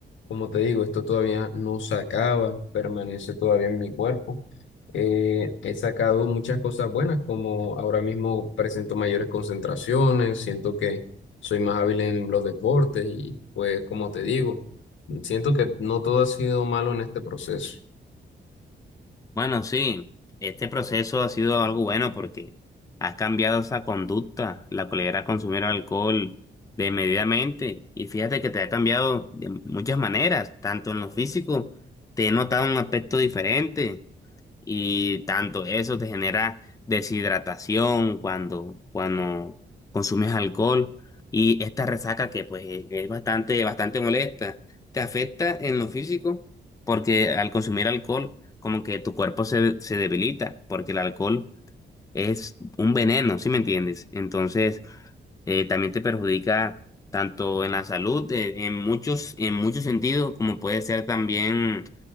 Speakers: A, on the left; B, on the left.
A: como te digo, esto todavía no se acaba, permanece todavía en mi cuerpo. Eh, he sacado muchas cosas buenas, como ahora mismo presento mayores concentraciones, siento que soy más hábil en los deportes y pues como te digo, siento que no todo ha sido malo en este proceso.
B: Bueno, sí, este proceso ha sido algo bueno porque has cambiado esa conducta, la cual era consumir alcohol desmedidamente. Y fíjate que te ha cambiado de muchas maneras, tanto en lo físico, te he notado un aspecto diferente, y tanto eso te genera deshidratación cuando, cuando consumes alcohol y esta resaca que pues e- es bastante, bastante molesta. Te afecta en lo físico porque al consumir alcohol como que tu cuerpo se, se debilita porque el alcohol es un veneno, ¿sí me entiendes? Entonces eh, también te perjudica tanto en la salud, eh, en muchos, en muchos sentidos, como puede ser también,